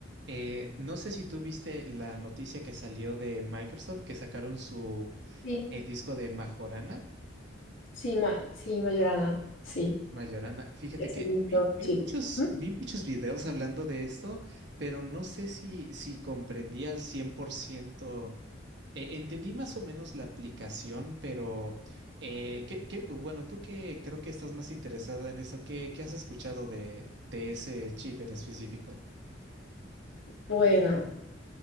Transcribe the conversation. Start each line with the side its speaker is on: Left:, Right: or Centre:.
Right: eh, no sé si tú viste la noticia que salió de Microsoft que sacaron su
Left: Sí,
Right: eh, disco de Majorana.
Left: sí, ma sí, Mayorana, sí,
Right: Mayorana, fíjate
Left: es
Right: que
Left: el microchip.
Right: vi, vi muchos,
Left: Ujú.
Right: vi muchos videos hablando de esto, pero no sé si, si comprendí al 100%. Eh, entendí más o menos la aplicación, pero eh, ¿qué- qué- bueno, tú que creo que estás más interesada en esto, ¿qué, qué has escuchado de, de ese chip en específico?
Left: Bueno,